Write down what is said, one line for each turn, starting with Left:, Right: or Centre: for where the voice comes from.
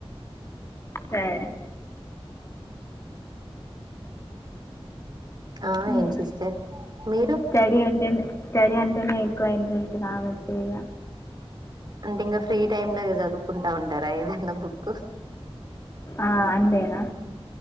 Left: సాయే
Right: ఆ
Left: ఇంకా
Right: ఏంగ్ సిస్టర్ మీరు
Left: స్టడీ అంటేనే స్టడీ అంటేనే ఎక్కువ ఇంట్రెస్ట్ కావచ్చు ఇగ
Right: అంటే ఇంకా ఫ్రీ టైమ్ ల ఇగ చదువుకుంటా ఉంటారా ఏదన్నా బుక్
Left: ఆ అంతేనా